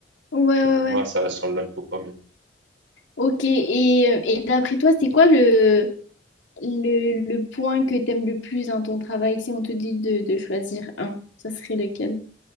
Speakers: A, on the left; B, on the right.
A: ouais,
B: Pour
A: ouais.
B: moi,
A: ouais.
B: ça ressemble un peu quand même.
A: Ok, et, euh, et d'après toi, c'est quoi le, Le, le point que t'aimes le plus dans ton travail, si on te dit de, de choisir un, ça serait lequel?